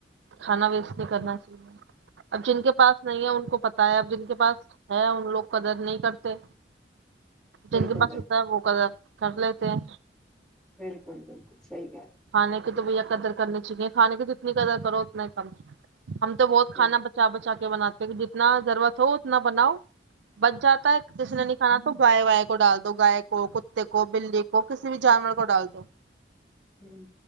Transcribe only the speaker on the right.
کھانا ویس نہیں کرنا جی <inaudible> اب جن کے پاس نہیں ہے ان کو پتا ہے اب جن کے پاس ہے ان لوگ قدر نہیں کرتے
جن کے پاس
ہوتا ہے وہ کردا کر لیتے ہیں
کھانے تو بھیا قدر کرنی چاہیے کھانے کی تو جتنی قدر کرو اتنا ہی کم ہم تو بہت کھانا
بچا بچا کے بناتے ہیں کہ جتنا ضرورت ہو اتنا بناؤ بچ جاتا ہے کسی نے نہیں کھانا تو گائے وائے کو ڈال دو گائے کو کتے کو بلی کو کسی بھی جانور کو ڈال دو